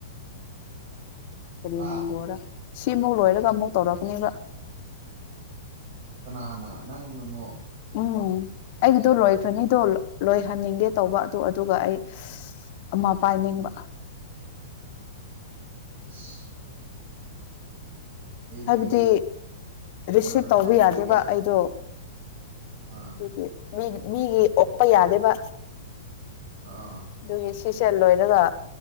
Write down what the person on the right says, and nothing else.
ꯍꯥ
ꯀꯅꯥꯅ ꯅꯪꯅ ꯃꯨꯛ
<unintelligible> ꯑꯩꯗꯤ
ꯑꯥ
ꯍꯥꯏꯕꯗꯤ
ꯑꯦ
ꯑꯥ
ꯑꯥ